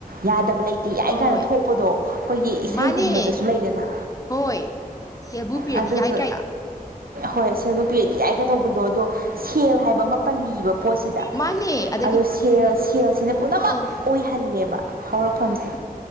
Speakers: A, on the right; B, on the left.
A: ꯌꯥꯗꯕ ꯂꯩ ꯇꯤ ꯌꯥꯏ
B: ꯍꯣꯏ
A: ꯀꯥꯏꯅ ꯊꯣꯛꯄꯗꯣ ꯑꯈꯣꯏꯒꯤ ꯏꯁꯩꯒꯨꯝꯕꯗꯁꯨ
B: ꯃꯥꯅꯦ
A: ꯂꯩꯗꯅ
B: ꯍꯣꯏ ꯁꯦꯜꯕꯨ ꯄꯤꯔꯗꯤ
A: ꯑꯗꯨꯗꯣ
B: ꯌꯥꯏ ꯀꯥꯏꯅ꯫
A: ꯍꯣꯏ ꯁꯦꯜꯕꯨ ꯄꯤꯔꯗꯤ ꯌꯥꯏꯒ ꯇꯧꯕꯗꯣ ꯑꯗꯣ ꯁꯦꯜ ꯍꯥꯏꯕ ꯑꯃ ꯄꯜꯂꯤꯕ ꯄꯣꯠꯁꯤꯗ꯫
B: ꯃꯥꯅꯦ ꯑꯗꯒꯤ
A: ꯑꯗꯨ ꯁꯦꯜ ꯁꯦꯜꯁꯤꯅ ꯄꯨꯝꯅꯃꯛ
B: ꯑꯣ
A: ꯑꯣꯏꯍꯜꯂꯦꯕ ꯍꯧꯔꯛꯐꯝꯁꯦ꯫